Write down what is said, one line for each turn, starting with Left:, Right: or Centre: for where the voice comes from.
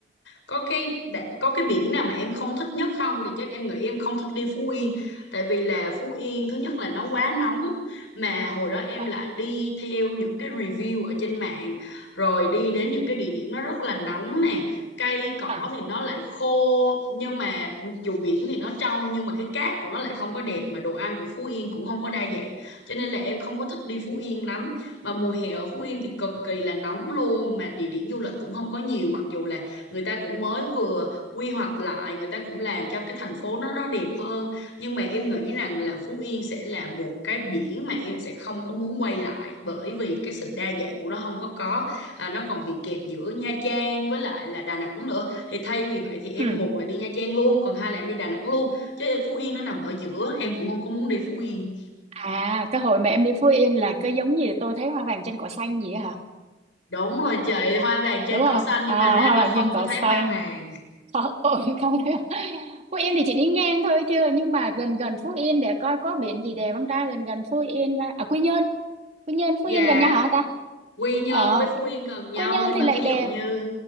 Left: có cái đã- có cái biển nào mà em không thích nhất không thì chắc em nghĩ em không thích đi Phú Yên tại vì là Phú Yên thứ nhất là nó quá nóng mà hồi đó em
Right: à
Left: lại đi theo những cái review ở trên mạng rồi đi đến những cái địa điểm nó rất là nóng nè cây cỏ
Right: à
Left: thì nó lại khô nhưng mà mặc dù biển thì nó trong nhưng mà cái cát của nó lại không có đẹp mà đồ ăn của Phú Yên cũng không có đa dạng cho nên là em không có thích đi Phú Yên lắm mà mùa hè ở Phú Yên thì cực kỳ là nóng luôn mà địa điểm du lịch cũng không có nhiều mặc dù là người ta cũng mới vừa quy hoạch lại người ta cũng làm cho cái thành phố nó nó đẹp hơn nhưng mà em nghĩ rằng là Phú Yên sẽ là một cái biển mà em sẽ không có muốn quay lại bởi vì cái sự đa dạng của nó không có có à, nó còn bị kẹp giữa Nha Trang với lại là Đà Nẵng nữa thì thay vì vậy thì em
Right: ừ.
Left: một là đi Nha Trang luôn còn hai là em đi Đà Nẵng luôn chứ Phú Yên nó nằm ở giữa em cũng không có muốn đi Phú Yên
Right: à cái hồi mà em đi Phú Yên là cứ giống như tôi thấy hoa vàng trên cỏ xanh gì á hả
Left: Đúng rồi chị, hoa vàng trên
Right: đúng không
Left: cỏ xanh
Right: à,
Left: nhưng mà ra
Right: hoa
Left: đó
Right: vàng
Left: không
Right: trên cỏ
Left: có thấy
Right: xanh
Left: hoa vàng.
Right: Ờ, ôi, <laughs> không thấy không? Phú Yên thì chị đi ngang thôi chưa nhưng mà gần gần Phú Yên để coi có biển gì đẹp không ta gần gần Phú Yên ra- à Quy Nhơn Quy Nhơn
Left: Và
Right: Phú Yên gần nhau hả ta
Left: Quy Nhơn
Right: ờ
Left: với Phú Yên gần nhau
Right: Quy Nhơn
Left: nhưng
Right: thì
Left: mà
Right: lại
Left: thí
Right: đẹp
Left: dụ như